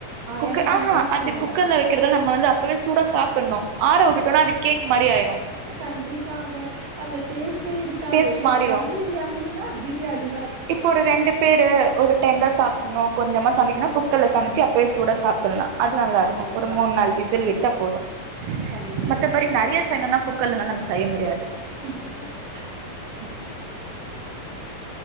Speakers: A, on the right; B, on the right.
A: குக்கு
B: எனக்கு
A: ஆ
B: அந்த
A: ஹா
B: அளவுக்கு
A: அது
B: இல்ல.
A: குக்கர்ல வைக் கிறது நம்ம வந்து அப்பவே சூடா சாப்ட்டுணு ஆர விட்டுட்டோம்ன அது கேக் மாரி ஆயிரு
B: கண்டிப்பாக அதுல டேஸ்ட்டே இருக்காது
A: டேஸ்ட்
B: பட்
A: மாறிடு
B: தம் ப்ரியாணின்னா ப்ரியாணி
A: இப்போ ஒரு ரெண்டு பேரு ஒரு டைம் தா சாப் புன்னு கொஞ்சமா சமைக்கணு குக்கர்ல சமைச்சு அப்பயே சூட சாப்ட்டுலா அது நல்லா
B: கண்டிப்பா.
A: இருக்கு ஒரு மூண் நாள் விசில் விட்டா போது
B: கண்டிப்பா,
A: மத்தபடி
B: கண்டிப்பா.
A: நறைய செய்னுன்னா குக் கர்லா நம்ம செய்ய முடியாது
B: <inaudible>
A: ம்